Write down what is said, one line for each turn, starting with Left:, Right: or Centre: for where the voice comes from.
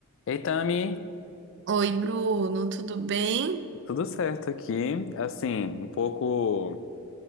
Left: Ei, Tami,
Right: Oi, Bruno, tudo bem?
Left: tudo certo aqui? Assim, um pouco